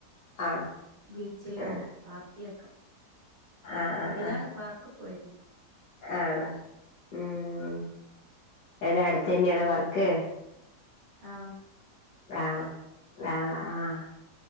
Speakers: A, on the left; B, on the right.
A: ആണോ
B: ബീച്ചിലോ
A: ആഹ്
B: പാർക്കിലൊക്കെ
A: ആഹ് ആഹ്
B: ഒരുതവണ
A: ആഹ്
B: പാർക്ക് പോയിരുന്നു
A: ആണോ ഉം എവിട അടുത്ത തന്നെയാണോ പാർക്ക്
B: ആഹ്
A: ആണോ ആഹ് ആഹ്